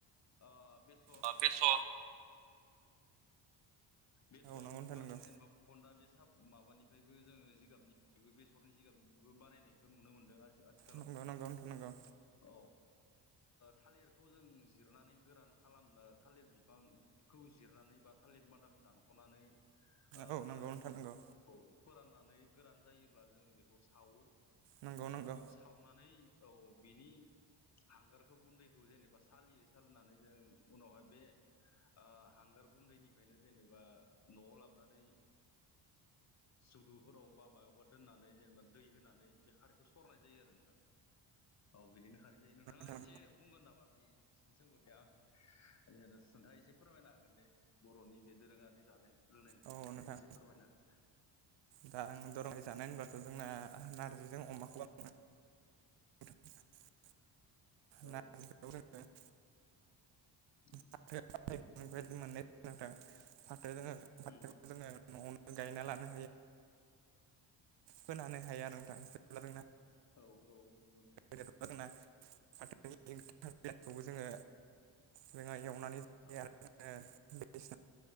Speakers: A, on the left; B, on the right.
A: आ बेस
B: ओ बेस'
A: बेसर
B: नंगौ
A: बिफां
B: नोंथां नंगौ
A: जेनेबा फुखन्दा बे साब माबानि ओमफ्रायबो जोङो जिगाबनिफ्रायबो बेसरनि जिगाबनिफ्रायबो बानायनायखौ नुनो मोनदों आरो आथिखालाव
B: नंगौ नंगौ नोंथां नंगौ
A: औ थालिरखौ जों जिरनानै गोरान खालामनो थालिर बिफांखौ जिरनानै बा थालिर मादाखौ दानख'नानै ओ
B: औ
A: फोराननांगौ
B: नंगौ नोंथां नंगौ
A: औ फोराननानै गोरान जायोब्ला जों बेखौ सावो
B: नंगौ नंगौ
A: ओ सावनानै औ बिनि हांगारखौ गुन्दैखौ जेनेबा सालियो सालिनानै जों उनावहाय बे ओ हांगार गुन्दैनिफ्रायनो जेनेबा न'आव लाबोनानै सुदुफोराव बा माबबा दोननानै जेनेबा दै होनानै बे खारैखौ सरनाय जायो आरो नोंथां औ बिदिनो खारै जायो नोंथाङा
B: नोंथां
A: एसे बुंगोन नामा बे एसेबो दे आं जेन नोंथाङा एसे फोरमायनो हागोन दे बर'नि बे दोरोङारि जानाय लोंनायनिफ्राय
B: औ नोंथां
A: दे एसे फोरमायनो हागोन
B: दा आं दरंहाय जानाय होनबाथ' जोंना नारजिजों अमाखौ <unintelligible>
A: औ
B: ना <unintelligible>
A: औ
B: फाथोनिफ्राय मोननायां फाथो फाथो
A: उम
B: जोङो न'आवनो गायना लानो खोनानो हाया आरो नोंथां जेबा
A: औ औ नंगौंगौ
B: देरब्ला जोंना फाथोनि गोथां बिलाइखौबो जोङो जोङो एवनानै जायो
A: औ
B: आरो जोङो बायदिसिना